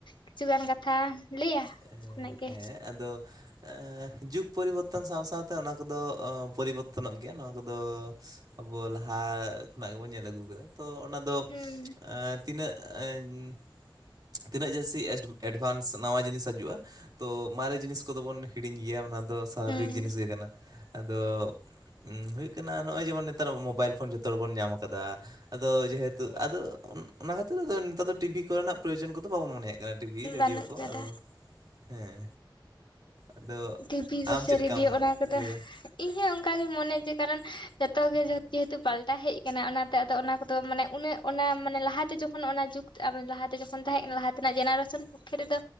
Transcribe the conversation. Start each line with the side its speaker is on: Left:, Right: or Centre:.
Left: ᱠᱤᱪᱷᱩ ᱜᱟᱱ ᱠᱟᱛᱷᱟ ᱞᱟᱹᱭᱟ
Right: ᱮ
Left: ᱚᱱᱟᱜᱮ
Right: ᱦᱮᱸ ᱟᱫᱚ ᱮᱸᱻ ᱡᱩᱜᱽ ᱯᱚᱨᱤᱵᱚᱨᱛᱚᱱ ᱥᱟᱶ ᱥᱟᱶᱛᱮ ᱚᱱᱟ ᱠᱚᱫᱚ ᱯᱚᱨᱤᱵᱚᱨᱛᱚᱱᱚᱜ ᱜᱮᱭᱟ ᱱᱚᱣᱟ ᱠᱚᱫᱚ ᱟᱵᱚ ᱞᱟᱦᱟᱻ ᱠᱷᱚᱱᱟᱜ ᱜᱮ ᱵᱚᱱ ᱧᱮᱞ ᱟᱹᱜᱩ ᱟᱠᱟᱫᱟ, ᱛᱚ ᱚᱱᱟ ᱫᱚ
Left: ᱦᱩᱸ
Right: ᱮᱸ ᱛᱤᱱᱟᱹᱜ <unintelligible> ᱛᱤᱱᱟᱹᱜ ᱡᱟᱹᱥᱛᱤ ᱮᱰ ᱮᱰᱵᱷᱟᱱᱥ ᱱᱟᱣᱟ ᱡᱤᱱᱤᱥ ᱦᱟ ᱦᱤᱡᱩᱜᱼᱟ, ᱛᱚ ᱢᱟᱨᱮ ᱡᱤᱱᱤᱥ ᱠᱚᱫᱚ ᱵᱚᱱ ᱦᱤᱲᱤᱧ ᱜᱮᱭᱟ ᱚᱱᱟ ᱫᱚ ᱥᱟᱵᱷᱟᱵᱤᱠ
Left: ᱦᱩᱸ
Right: ᱡᱤᱱᱤᱥ ᱜᱮ ᱠᱟᱱᱟ᱾ ᱟᱫᱚ ᱦᱩᱭᱩᱜ ᱠᱟᱱᱟ ᱱᱚᱜᱼᱚᱭ ᱡᱮᱢᱚᱱ ᱱᱮᱛᱟᱨ ᱢᱳᱵᱟᱭᱤᱞ ᱯᱷᱳᱱ ᱡᱚᱛᱚ ᱦᱚᱲ ᱵᱚᱱ ᱧᱟᱢ ᱠᱟᱫᱟ, ᱟᱫᱚ ᱡᱮᱦᱮᱛᱩ
Left: ᱦᱮᱸ
Right: ᱟᱫᱚ ᱚᱱᱟ ᱠᱷᱟᱹᱛᱤᱨ ᱟᱫᱚ ᱱᱮᱛᱟᱨ ᱫᱚ ᱴᱤ. ᱵᱷᱤ. ᱠᱚ ᱨᱮᱱᱟᱜ ᱯᱨᱚᱭᱭᱳᱡᱚᱱ ᱠᱚᱫᱚ ᱵᱟᱵᱚᱱ ᱢᱚᱱᱮᱭᱟᱜ ᱡᱟᱦᱟᱸ ᱴᱤ. ᱵᱷᱤ., ᱨᱮᱰᱤᱭᱳ
Left: ᱵᱟᱹᱱᱩᱜ
Right: ᱠᱚ
Left: ᱠᱟᱫᱟ
Right: ᱟᱫᱚ ᱦᱮᱸ᱾ ᱟᱫᱚ
Left: ᱴᱤᱵᱷᱤ ᱠᱚᱥᱮ
Right: ᱟᱢ ᱪᱮᱫ ᱞᱮᱠᱟᱢ
Left: ᱨᱮᱰᱤᱭᱳ ᱚᱱᱟ ᱠᱚᱫᱚ
Right: ᱞᱟᱹᱭᱟ?
Left: ᱤᱧ ᱦᱚᱸ ᱚᱝᱠᱟᱜᱮᱧ ᱢᱚᱱᱮᱭᱟ ᱡᱮ ᱠᱟᱨᱚᱱ ᱡᱚᱛᱚ ᱜᱮ ᱡᱮᱦᱮᱛᱩ ᱯᱟᱞᱴᱟᱣ ᱦᱮᱡ ᱠᱟᱱᱟ ᱚᱱᱟᱛᱮ ᱟᱫᱚ ᱚᱱᱟ ᱠᱚᱫᱚ ᱢᱟᱱᱮ ᱩᱱᱟᱹᱜ ᱚᱱᱟ ᱢᱟᱱᱮ ᱞᱟᱦᱟᱛᱮ ᱡᱚᱠᱷᱚᱱ ᱚᱱᱟ ᱡᱩᱜᱽ ᱟᱵᱮᱱ ᱞᱟᱦᱟᱛᱮ ᱡᱚᱠᱷᱚᱱ ᱛᱟᱦᱮᱸᱜ ᱠᱟᱱᱟ ᱞᱟᱦᱟ ᱛᱮᱱᱟᱜ ᱡᱮᱱᱟᱨᱮᱥᱚᱱ ᱠᱩ ᱠᱷᱤ ᱨᱮᱫᱚ